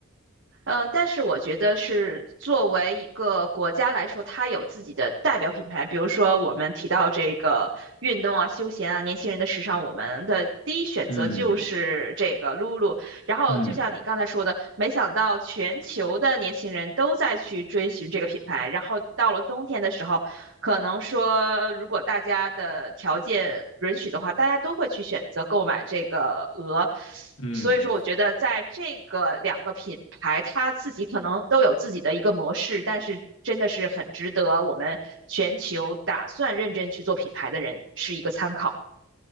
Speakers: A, on the right (about 60°); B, on the left (about 70°).
A: 嗯，呃但是我觉得是作为一个国家来说，它有自己的代表品牌。比如说，我们提到这个运动啊、休闲啊、年轻人的时尚，我们的第一选择就是这个
B: 嗯。
A: Lulu。然后，
B: 嗯
A: 就像你刚才说的，没想到全球的年轻人都在去追寻这个品牌。然后到了冬天的时候，可能说，如果大家的条件允许的话，大家都会去选择购买这个鹅。
B: 嗯，
A: 所以说，我觉得在这个两个品牌，它自己可能都有自己的一个模式，但是真的是很值得我们全球打算认真去做品牌的人是一个参考。